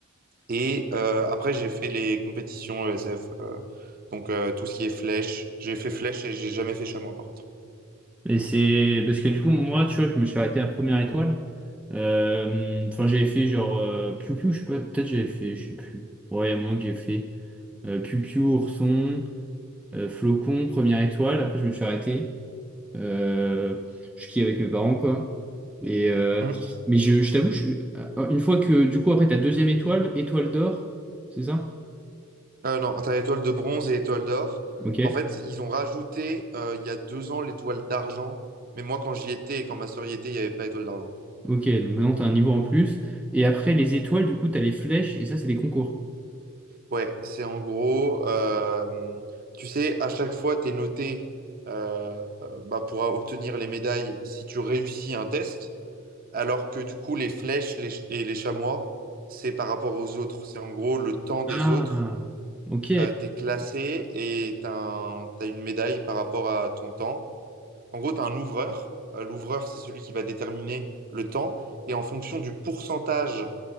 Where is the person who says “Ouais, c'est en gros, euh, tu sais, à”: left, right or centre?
Right